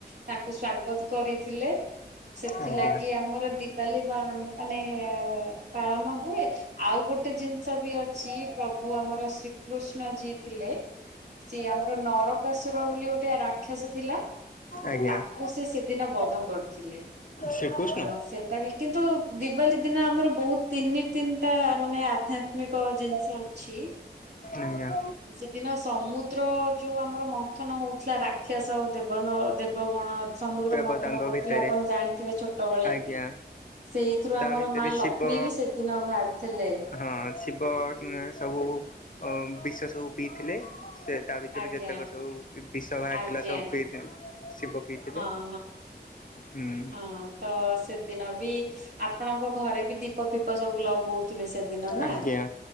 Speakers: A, on the right (about 70°); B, on the left (about 50°).
A: ତା ସ୍ଵାଗତ କରିଥିଲେ। ସେଥିଲାଗି
B: ଆଜ୍ଞା
A: ଆମର ଦିବାଲି ମାନେ ପାଳନ ହୁଏ ଆଉ ଗୋଟେ ଗୋଟେ ଜିନିଷ ବି ଅଛି ପ୍ରଭୁ ଆମର ଶ୍ରୀକୃଷ୍ଣ ଯିଏ ଥିଲେ ସିଏ ଆମର ନରକାସୁର ବୋଲି ଗୋଟେ ରାକ୍ଷସ ଥିଲା ତ
B: ଆଜ୍ଞା।
A: ତାକୁ ସେ ସେଦିନ ବଧ କରିଥିଲେ।
B: ଶ୍ରୀକୃଷ୍ଣ?
A: ଆ ସେଇଟା ବି କିନ୍ତୁ ଦିିବାଲି ଦିନ ଆମର ବହୁତ ତିନି ତିନିଟା ମାନେ ଆଧ୍ୟାତ୍ମିକ ଜିନିଷ ଅଛି।
B: ଆଜ୍ଞା।
A: ସେଦିନ ସମୁଦ୍ର ଯୋଉଁ ଆମର ମନ୍ଥନ ହଉଥିଲା ରାକ୍ଷସ ଆଉ ଦେବନ ଦେବଗଣ ସମୁଦ୍ର
B: ଦେବତାଙ୍କ
A: ମନ୍ଥନ କରୁଥିଲେ
B: ଭିତରେ
A: ଆପଣ ଜାଣିଥିବେ ଛୋଟବେଳେ
B: ଆଜ୍ଞା।
A: ସେଇଥିରୁ ଆମର
B: ତା ଭିତରେ
A: ମା ଲକ୍ଷ୍ମୀ
B: ଶିବ
A: ବି ସେଦିନ ବାହାରିଥିଲେ।
B: ହଁ ଶିବ ସବୁ ବୋ ଅ ବିଷ ସବୁ ପିଇଥିଲେ ସେ ତା ଭିତରୁ
A: ଆଜ୍ଞା
B: ଯେତେକ ସବୁ ବିଷ ବାହାରି
A: ଆଜ୍ଞା
B: ଥିଲା ସବୁ ପିଇ ଶିବ ପିଇଥିଲେ।
A: ହଁ
B: ହୁଁ
A: ହଁ ତ ସେ ଦିିନ ବି ଆପଣଙ୍କ ଘରେ ବି ଦୀପ ଫିପ ସବୁ ଲଗଉଥିବେ ସେ ଦିନ ନା
B: ଆଜ୍ଞା